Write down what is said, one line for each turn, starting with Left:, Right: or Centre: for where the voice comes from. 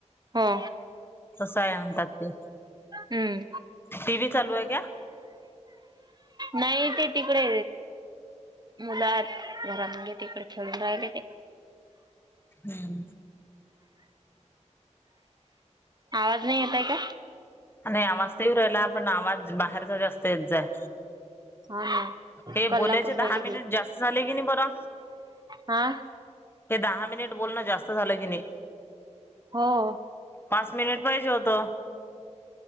Right: हो.
Left: तसं आहे आणतात ते.
Right: हम्म.
Left: टी व्ही चालू आहे का
Right: नाही ते तिकडे मुलं आहेत घरा मध्ये तिकडे खेळून राहिले ते.
Left: हम्म.
Right: आवाज नाही येताय का?
Left: नाही आवाज तर येऊ राहिला आपण आवाज बाहेरचा जास्त येत जाय‌.
Right: हा ना.
Left: हे
Right: कल्ला
Left: बोलायचे
Right: करू
Left: दहा
Right: राहिले
Left: मिनिट
Right: हे.
Left: जास्त झाले की नाही बरा?
Right: हा.
Left: हे दहा मिनिट बोलनं जास्त झालं की नाही.
Right: हो
Left: पाच मिनिट पाहिजे होत.